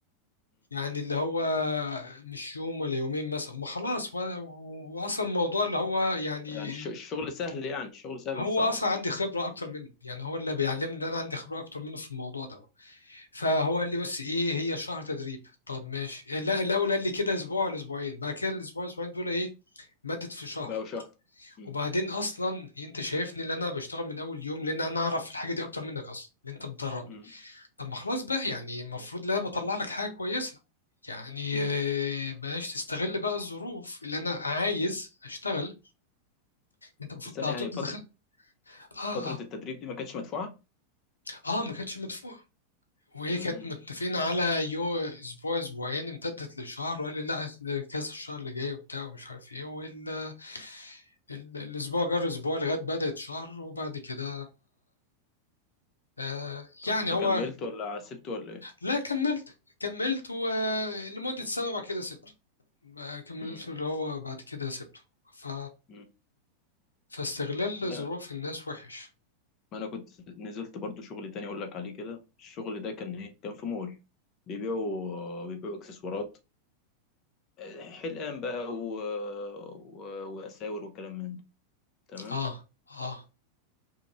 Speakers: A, on the left; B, on the left.
A: يعني اللي هو مش يوم ولا يومين مثلا ما خلاص وأنا- وأصلا الموضوع اللي هو يعني
B: يعني الش- الشغل سهل يعني الشغل سهل
A: هو
B: مش صعب
A: أصلا عندي خبرة أكتر منه يعني هو اللي بيعلمني إن أنا عندي خبرة أكتر منه في الموضوع ده فهو قال لي بس ايه هي شهر تدريب طب ماشي لا الاول قال لي كده اسبوع لاسبوعين بعد كده الاسبوع الاسبوعين دول ايه مدد في شهر
B: بقى شهر مم.
A: وبعدين اصلا انت شايفني اللي انا بشتغل من اول يوم لان انا اعرف الحاجه دي اكتر منك اصلا اللي انت بتدربني
B: مم.
A: طب ما خلاص بقى يعني المفروض لا بطلع لك حاجه كويسه يعني
B: مم.
A: آه، بلاش تستغل بقى الظروف اللي انا عايز اشتغل انت المفروض
B: استنى
A: على
B: يعني
A: طول
B: فترة
A: دخلت اه
B: فترة
A: اه
B: التدريب دي ما كانتش مدفوعة
A: اه ما كانتش مدفوعه وهي
B: مم.
A: كانت متفقين على يو اسبوع اسبوعين امتدت لشهر وقال لي لا كذا الشهر اللي جاي وبتاع ومش عارف ايه وال... ال- الاسبوع جر اسبوع لغايه بدات شهر وبعد كده آه
B: طب
A: يعني
B: انت
A: هو
B: كملت ولا سبت ولا ايه
A: لا كملت كملت ولمده سنه وبعد كده سبته ما كملت
B: مم.
A: اللي هو بعد كده سبته ف...
B: مم.
A: فاستغلال
B: لا
A: ظروف الناس وحش
B: ما انا كنت نزلت برضو شغل تاني اقول لك عليه كده الشغل ده كان ايه كان في مول بيبيعوا بيبيعوا اكسسوارات آه، حلقان بقى و... و... واساور وكلام من ده تمام
A: اه اه